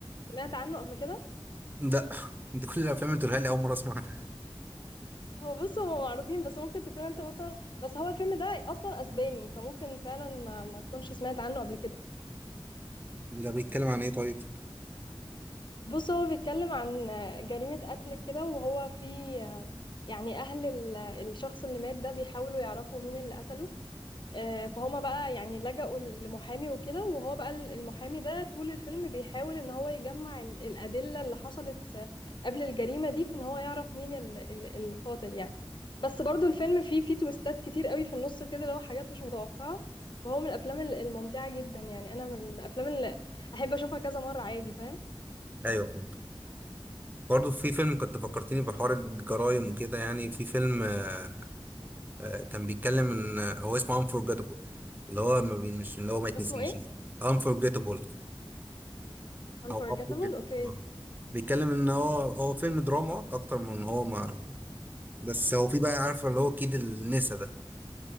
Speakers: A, on the left (about 55°); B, on the right (about 20°).
A: سمعت عنه قبل كده
B: ده <laughs> انت كل الافلام اللي تقولها لي اول مره اسمع عنها
A: هو بص هما معروفين بس ممكن تكون انت مثلا بس هو الفيلم ده اصلا اسباني فممكن فعلا ما ما تكونش سمعت عنه قبل كده
B: <laughs> ده بيتكلم عن ايه طيب
A: بص هو بيتكلم عن جريمة قتل كده وهو في يعني أهل ال- الشخص اللي مات ده بيحاولوا يعرفوا مين اللي قتله آه، فهما بقى يعني لجأوا لمحامي وكده وهو بقى ال- المحامي ده طول الفيلم بيحاول إن هو يجمع ال- الأدلة اللي حصلت آه، قبل الجريمة دي في إن هو يعرف مين ال- ال- القاتل يعني بس برضو الفيلم فيه فيه تويستات كتير قوي في النص كده اللي هو حاجات مش متوقعة فهو من الأفلام ال- الممتعة جدا يعني أنا من الأفلام اللي أحب أشوفها كذا مرة عادي فاهم
B: ايوه فهمت برضه في فيلم كنت فكرتني بحوار الجرايم وكده يعني في فيلم آه آه كان بيتكلم ان آه، هو اسمه انفورجيتابل اللي هو ما بي- مش اللي هو ما يتنسيش
A: اسمه إيه؟
B: يعني انفورجيتابل
A: unforgettable
B: او قبول جدا
A: اوكي
B: آه. بيتكلم ان هو هو فيلم دراما اكتر من هو ما بس هو في بقى عارفه اللي هو كيد النسا ده